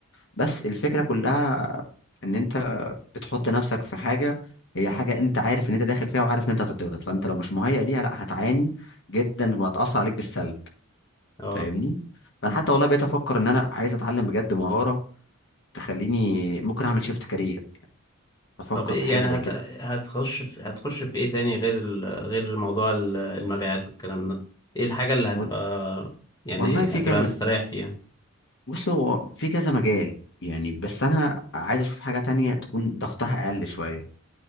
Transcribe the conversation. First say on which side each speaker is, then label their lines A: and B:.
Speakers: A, on the left; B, on the left.
A: بس الفكره كلها ان انت بتحط نفسك في حاجه هي حاجه انت عارف ان انت داخل فيها وعارف ان انت هتضغط فانت لو مش مهيئ ليها لا هتعاني جدا وهتاثر عليك بالسلب
B: اه
A: فاهمني فانا حتى والله بقيت افكر ان انا عايز اتعلم بجد مهاره تخليني ممكن اعمل شيفت كارير افكر
B: طب ايه
A: في حاجه
B: يعني
A: زي
B: هت...
A: كده
B: هتخش في هتخش في ايه تاني غير ال... غير موضوع ال- المبيعات والكلام ده ايه الحاجة اللي هتبقى
A: وال-
B: يعني
A: والله في
B: هتبقى
A: كذا
B: مستريح فيها
A: بص هو في كذا مجال يعني بس انا عايز اشوف حاجه تانية تكون ضغطها اقل شويه